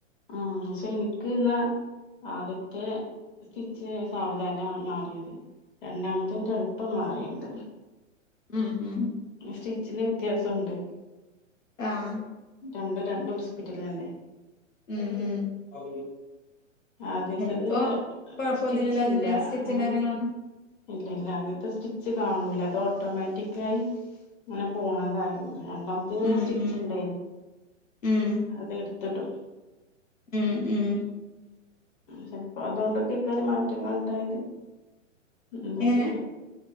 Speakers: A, on the left; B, on the left.
A: ആഹ് പക്ഷെ എനിക്ക്ന്നാ ആദ്യത്തെ സ്റ്റിച്ച് സാവധാന മാറിയത് രണ്ടാമത്ത്ന്റെ എള്പ്പം മാറിണ്ട്
B: ഉം ഉം
A: സ്റ്റിച്ചിന് വ്യത്യാസുണ്ട്
B: ആഹ്
A: രണ്ടും രണ്ട് ഹോസ്പിറ്റലല്ലേ
B: ഉം ഉം
A: ആദ്യത്തത്
B: എന്നിട്ടിപ്പോ കൊഴപ്പൊന്നുമില്ലല്ലോ
A: സ്റ്റിച്ച്
B: അതിന്റെ
A: ഇല്ല
B: സ്റ്റിച്ചും
A: ആഹ്
B: കാര്യങ്ങളൊന്നും
A: ഇല്ല ഇല്ല ആദ്യത്തെ സ്റ്റിച്ച് കാണൂല അത് ഓട്ടോമാറ്റിക്കായി അങ്ങനെ പോണതായിര്ന്ന് രണ്ടാമത്തേന് പിന്നെ
B: ഉം
A: സ്റ്റിച്ച്
B: ഉം
A: ഇണ്ടേയ്ര്ന്നു
B: ഉം
A: അത് എട്ത്ത്ടും
B: ഉം ഉം
A: ചിലപ്പോ അതൊണ്ടൊക്കെയ്ക്കാരം മാറ്റങ്ങള്ണ്ടായത് എന്താ
B: എങ്ങനെ
A: അറീല